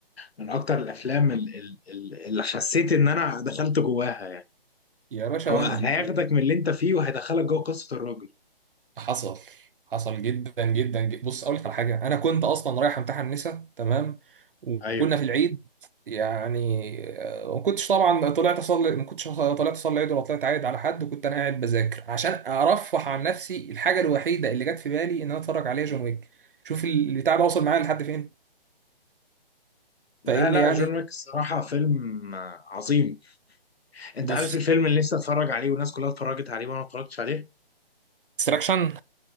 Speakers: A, on the left (about 80°); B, on the right (about 60°).
A: من اكتر الافلام ال- ال- ال- اللي حسيت ان انا دخلت جواها يعني
B: يا باشا
A: هو
B: وانا
A: هياخدك
B: يعني
A: من اللي انت فيه وهيدخلك جوه قصه الراجل
B: حصل حصل جدا جدا جدا بص اقول لك على حاجه انا كنت اصلا رايح امتحن نسا تمام وكنا
A: ايوه
B: في العيد يعني آه، ما كنتش طبعا طلعت اصلي ما كنتش طلعت اصلي العيد ولا طلعت عايد على حد وكنت انا قاعد بذاكر عشان ارفه عن نفسي الحاجه الوحيده اللي جت في بالي ان انا اتفرج عليها جون ويك شوف البتاع ده وصل معايا لحد فين
A: لا
B: فاهمني
A: لا
B: يعني
A: جون ويك الصراحه فيلم آه، عظيم انت
B: بص
A: عارف الفيلم اللي نفسي اتفرج عليه والناس كلها اتفرجت عليه وانا ما اتفرجتش عليه
B: ديستراكشن